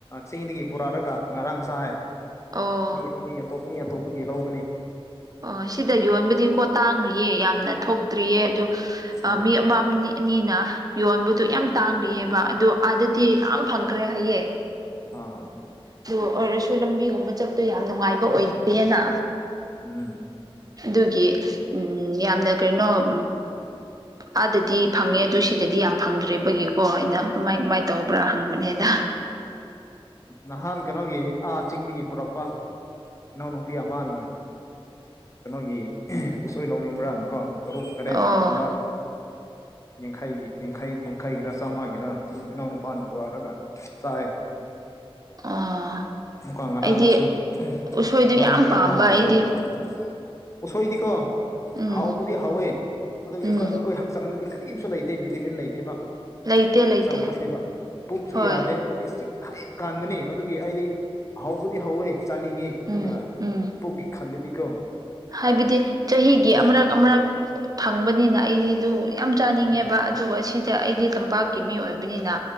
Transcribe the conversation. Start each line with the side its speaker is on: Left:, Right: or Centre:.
Left: ꯆꯤꯡꯗꯒꯤ ꯄꯨꯔꯛꯑꯒ ꯉꯔꯥꯡ ꯆꯥꯏ
Right: ꯑꯣ
Left: ꯃꯤ ꯃꯤꯇꯞ ꯃꯤ ꯑꯇꯣꯞꯄꯒꯤ ꯂꯧꯕꯅꯤ
Right: ꯑꯣ ꯁꯤꯗ ꯌꯣꯟꯕꯗꯤ ꯀꯣ ꯇꯥꯡ꯭ꯔꯤꯌꯦ ꯌꯥꯝꯅ ꯊꯣꯛꯇ꯭ꯔꯤꯌꯦ ꯑ
Left: ꯑꯥ
Right: ꯃꯤ ꯑꯃ ꯑꯅꯤꯅ ꯌꯣꯟꯕꯗꯨ
Left: ꯑꯥ
Right: ꯌꯥꯝ ꯇꯥꯡꯂꯤꯑꯕ ꯑꯗꯨ ꯑꯥꯗꯗꯤ ꯌꯥꯝ ꯐꯪꯈ꯭ꯔꯦ ꯍꯥꯏꯌꯦꯦ
Left: ꯑ
Right: ꯑꯗꯨ ꯑꯣꯏꯔꯁꯨ ꯂꯝꯕꯤꯒꯨꯝꯕ ꯆꯠꯄꯨ ꯌꯥꯝ ꯅꯨꯡꯉꯥꯏꯕ ꯑꯣꯏꯗꯦꯅ
Left: ꯎꯝ
Right: ꯑꯗꯨꯒꯤ ꯎꯝ ꯌꯥꯝꯅ ꯀꯩꯅꯣ ꯎ ꯑꯥꯗꯗꯤ ꯐꯪꯉꯦ ꯑ ꯁꯤꯗꯗꯤ ꯌꯥꯝ ꯐꯪꯗ꯭ꯔꯦꯕ ꯒꯤꯀꯣ ꯑꯩꯅ ꯀꯃꯥꯏ ꯀꯃꯥꯏ ꯇꯧꯕ꯭ꯔꯥ ꯍꯪꯕꯅꯦꯗ
Left: ꯅꯍꯥꯟ ꯀꯩꯅꯣꯒꯤ ꯑꯥ ꯆꯤꯡꯗꯒꯤ ꯄꯨꯔꯛꯄ ꯏꯅꯥꯎꯅꯨꯄꯤ ꯑꯃꯅ ꯀꯩꯅꯣꯒꯤ ꯎꯁꯣꯏ ꯂꯧꯅꯤꯡꯕ꯭ꯔꯥꯅꯀꯣ ꯇꯔꯨꯛ ꯇꯔꯦꯠꯀꯨꯝꯕ
Right: ꯑꯣ
Left: ꯌꯥꯡꯈꯩꯒꯤꯡꯈꯩ ꯌꯥꯡꯈꯩꯒꯤꯔ ꯆꯥꯝꯃꯥꯒꯤꯔ ꯑꯗꯨꯝ ꯏꯅꯥꯎ ꯅꯨꯄꯥꯅ ꯄꯨꯔꯂꯒ ꯆꯥꯏ
Right: ꯑꯣ
Left: ꯃꯨꯀꯥꯡ ꯉꯔꯥꯡꯅꯁꯨꯝ
Right: ꯑꯩꯗꯤ ꯎꯁꯣꯏꯗꯨ
Left: ꯏꯅꯥꯎꯅꯨꯄꯤ
Right: ꯌꯥꯝ ꯄꯥꯝꯕ
Left: ꯑꯃꯅ
Right: ꯑꯩꯗꯤ
Left: ꯄꯨꯔꯛꯄ ꯎꯝ ꯎꯝ ꯎꯁꯣꯏꯗꯤꯀꯣ
Right: ꯎꯝ
Left: ꯍꯥꯎꯕꯨꯗꯤ ꯍꯥꯎꯋꯦ ꯑꯗꯨꯗꯤ
Right: ꯎꯝ
Left: ꯑꯩꯈꯣꯏ ꯑꯩꯈꯣꯏ ꯍꯛꯆꯥꯡꯗꯗꯤ ꯀꯔꯤꯝꯁꯨ ꯂꯩꯇꯦ ꯕꯤꯇꯤꯃꯤꯟ ꯂꯩꯇꯦꯕ
Right: ꯂꯩꯇꯦ
Left: ꯍꯛꯆꯥꯡ
Right: ꯂꯩꯇꯦ
Left: ꯐꯠꯇꯦꯕ ꯄꯨꯛꯁꯨ
Right: ꯍꯣꯏ
Left: ꯌꯥꯗꯦ ꯒꯦꯁꯇ꯭ꯔꯤꯛ ꯍꯥꯏ ꯀꯥꯟꯗꯨꯅꯤ ꯑꯗꯨꯒꯤ ꯑꯩꯗꯤ ꯍꯧꯕꯗꯤ ꯍꯧꯋꯦ ꯆꯥꯅꯤꯡꯉꯤ ꯑꯗꯨꯒ
Right: ꯎꯝ ꯎꯝ
Left: ꯄꯨꯛꯀꯤ ꯈꯜꯂꯗꯤꯀꯣ
Right: ꯍꯥꯏꯕꯗꯤ ꯆꯍꯤꯒꯤ
Left: ꯎꯝ
Right: ꯑꯃꯨꯔꯛ
Left: ꯎꯝ
Right: ꯑꯃꯨꯔꯛ ꯐꯪꯕꯅꯤꯅ ꯑꯩꯗꯨ ꯌꯥꯝ ꯆꯥꯅꯤꯡꯉꯦꯕ
Left: ꯎꯝ
Right: ꯑꯗꯨꯒ ꯁꯤꯗ ꯑꯩꯗꯤ ꯇꯝꯄꯥꯛꯀꯤ ꯃꯤ ꯑꯣꯏꯕꯅꯤꯅ